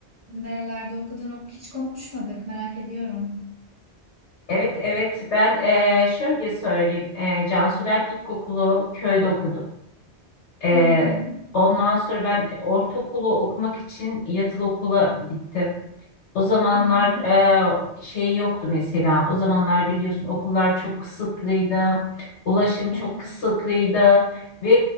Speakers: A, on the right; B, on the left.
A: Nerelerde okudun? Ok- Hiç konuşmadık. Merak ediyorum.
B: Evet, evet. Ben eee, şöyle söyleyeyim. Eee, Cansu ben ilkokulu köyde okudum. Eee,
A: Hı hı.
B: ondan sonra ben ortaokulu okumak için yatılı okula gittim. O zamanlar
A: Hı hı.
B: e, şey yoktu mesela. O zamanlar biliyorsun okullar çok kısıtlıydı. Ulaşım
A: Evet.
B: çok kısıtlıydı. Ve